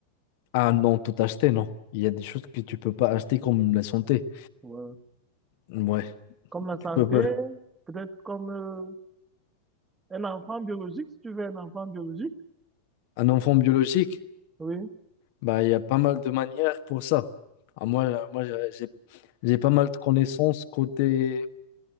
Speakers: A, on the left; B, on the right.
A: Ah non, tout acheter, non. Il y a des choses que tu peux pas acheter comme la santé.
B: Ouais.
A: Ouais,
B: Comme la santé,
A: tu peux pas.
B: peut-être comme euh, un enfant biologique, si tu veux un enfant biologique.
A: Un enfant biologique,
B: Oui,
A: bah, il y a pas mal de manières pour ça. Ah, moi, euh, moi j'ai j'ai j'ai pas mal de connaissances côté